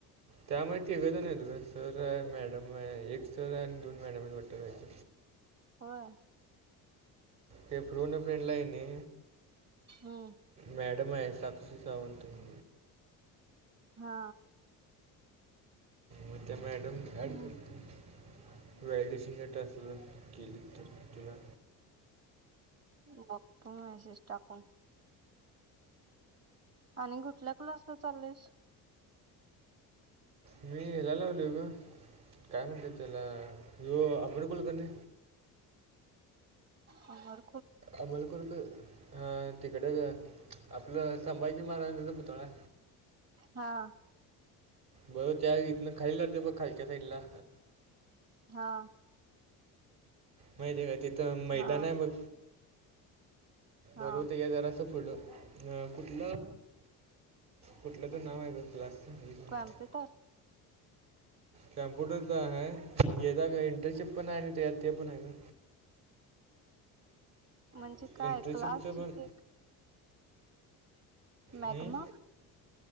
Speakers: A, on the right (about 65°); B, on the right (about 40°).
A: त्या माघत नाही तु सर आहे मॅडम आहे एक सर आहे आणि दोन मॅडमट कच
B: हो
A: प्रन फ्रेंडला आहेनी
B: हम
A: मॅडम आहे साक्षी सावंत तुम
B: हा
A: म ते मॅडम ॲड
B: हम्म
A: करत वईल् सिंगर ट अस केली तर तुला
B: बक्तव्यशेष टाकून आणि कुठल्या क्लासला चाललेस
A: मी हला लावल ग काय म्हणते त्याला आबेडकल करणे
B: होर
A: अमल खूर हा तिकड आपलं संभाजी महाराजांचा पुतळा
B: हा
A: बर त्या इतनं खाल जाते बघ खालच्या साईडला
B: हा
A: माहि का तिथं मैदान
B: हा
A: आहे म
B: हा
A: बोलवत ग तर असं फुट अ कुठलं कुठलं तर नाव आहे बलास् वीस मिनिट
B: कॉम्प्युटर
A: कॅम्प्युटरचा आहे म यता का इंटर्नशिप पण आहे ना त्या ते पण आहे का
B: म्हणजे
A: का
B: काय
A: इंटर्नशिपचं
B: क्लासची
A: पण
B: के मॅगमा
A: हं?